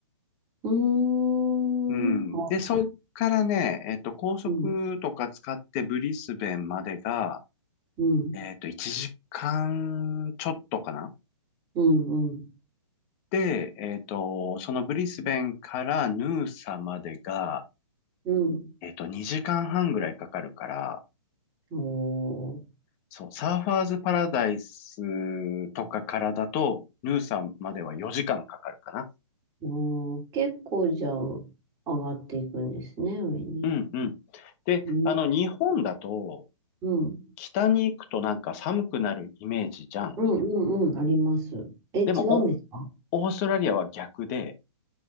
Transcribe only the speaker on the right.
うーん。
は
うん、うん、
うん、うん。
うん。
おー、
おー結構じゃあ上がっていくんですね、上に。
うん。
うん。
うんうんうん、あります。え、違うんですか